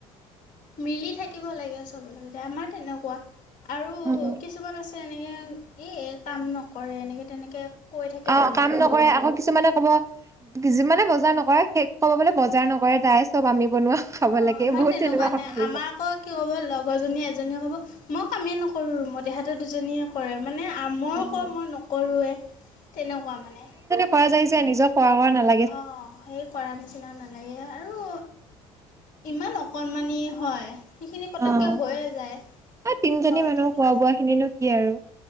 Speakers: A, on the left; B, on the right.
A: মিলি থাকিব লাগে চবৰ লগতে আমাৰ তেনেকোৱা আৰু
B: উম
A: কিছুমান আছে এনেকে এই কাম নকৰে এনেকে তেনেকে কৈ থাকে
B: অ
A: বেলেগৰ
B: কাম নকৰে
A: আগত।
B: আকৌ কিছুমানে ক'ব যিমানে বজাৰ নকৰে সেই ক'ব বোলে বজাৰ নকৰে তাই চব আমি বনোৱা খাব
A: অ
B: লাগে
A: আমাৰ
B: বহুত
A: তেনেকোৱা
B: তেনেকুৱা
A: নাই
B: কথা আহি
A: আমাৰ
B: পৰে
A: আকৌ কি কব লগৰজনী এজনীয়ে কব মই কামেই ন কৰো মই তেহেঁতৰ দুজনীয়ে কৰে মানে
B: উম
A: মই কও মই নকৰোৱেই তেনেকোৱা মানে
B: পোৱা যায় যে নিজক খোৱা বোৱা নালা
A: অ সেই কৰা নিচিনা নালাগে আৰু ইমান অকণমানি হয়। সেইখিনি পতককে
B: অ
A: হৈয়ে যায় ঘৰত
B: এ তিনজনী মানুহ
A: থাকিলে
B: খোৱা বোৱা খিনিনো কি আৰু